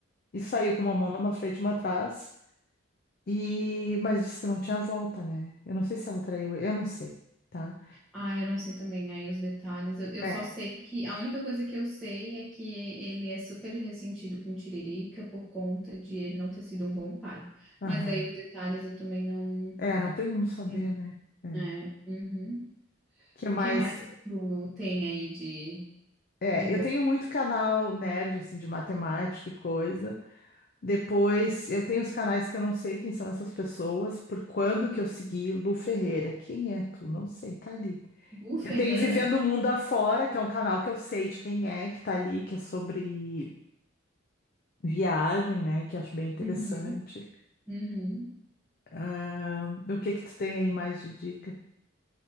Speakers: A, on the left (about 45°); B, in the centre.
A: E saiu com uma mão numa frente e uma atrás. E... Mas disse que não tinha volta, né? Eu não sei se ela traiu, eu não sei, tá?
B: Ah, eu não sei também aí os detalhes. Eu, eu
A: É,
B: só sei que a única coisa que eu sei é que ele é super ressentido com o Tiririca por conta de ele não ter sido um bom pai.
A: aham.
B: Mas aí os detalhes eu também não não
A: É, não tem como saber,
B: sei, não.
A: né? É.
B: É. Uhum.
A: Que mais?
B: que mais tu tem aí de.
A: É,
B: De boa.
A: eu tenho muito canal nerd, assim, de matemática e coisa. Depois, eu tenho os canais que eu não sei quem são essas pessoas, por quando que eu segui Lu Ferreira. Quem é tu? Não sei, tá ali.
B: Gu Ferreira?
A: Eu tenho Vivendo o Mundo Afora, que é um canal que eu sei de quem é, que tá ali, que é sobre viagem, né? Que eu acho bem interessante.
B: Uhum, uhum.
A: Ah, o que que tu tem aí mais de dica?